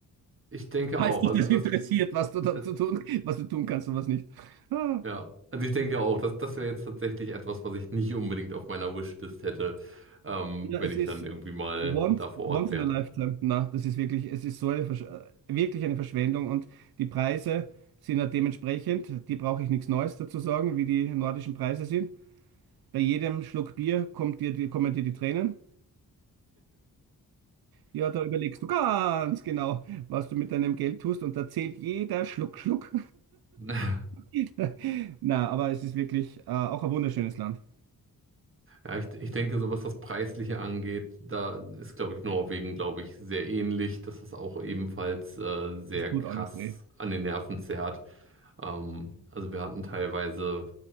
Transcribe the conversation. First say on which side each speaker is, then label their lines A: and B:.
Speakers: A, on the right; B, on the right.
A: ich denke
B: Falls
A: auch.
B: dich
A: Also
B: das
A: das,
B: interessiert, was du da
A: das,
B: zu tun, was du tun kannst und was nicht. Ah,
A: ja, also ich denke auch, dass das wäre jetzt tatsächlich etwas, was ich nicht unbedingt auf meiner Wishlist hätte, ähm,
B: ja,
A: wenn
B: es
A: ich
B: ist
A: dann irgendwie mal
B: once,
A: da vor Ort
B: once
A: wäre.
B: in a lifetime. Na, das ist wirklich, es ist so eine, Versch äh, wirklich eine Verschwendung und die Preise sind ja dementsprechend, die brauche ich nichts Neues dazu sagen, wie die nordischen Preise sind. Bei jedem Schluck Bier kommt dir die, kommen dir die Tränen. Ja, da überlegst du ganz genau, was du mit deinem Geld tust und da zählt jeder Schluck, Schluck.
A: <laughs>
B: <laughs> Na, aber es ist wirklich äh, auch ein wunderschönes Land.
A: Ja, ich, ich denke, so was das Preisliche angeht, da ist, glaube ich, Norwegen, glaube ich, sehr ähnlich, dass das auch ebenfalls äh, sehr
B: Es tut
A: krass
B: alles weh.
A: an den Nerven zerrt. Ähm, also wir hatten teilweise